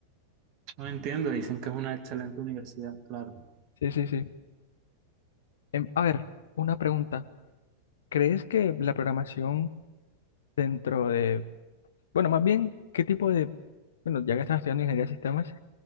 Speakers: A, on the right; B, on the left.
A: No entiendo, dicen que es una excelente universidad, claro.
B: Sí, sí, sí. Em, a ver, una pregunta. ¿Crees que la programación dentro de, bueno, más bien, qué tipo de, bueno, ya que estás estudiando ingeniería de sistemas,